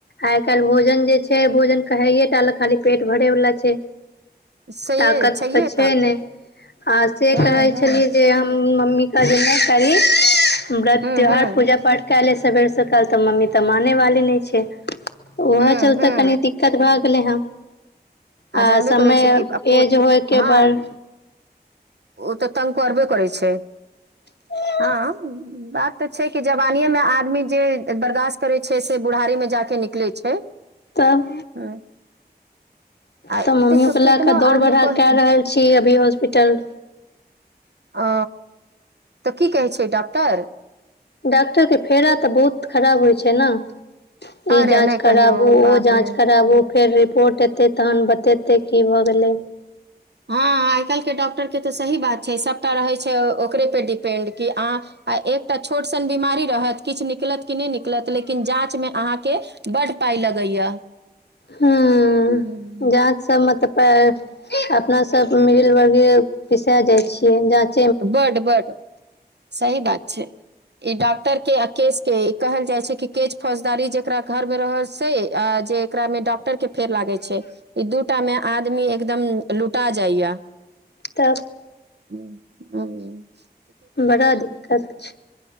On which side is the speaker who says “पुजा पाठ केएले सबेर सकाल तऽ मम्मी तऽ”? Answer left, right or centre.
Left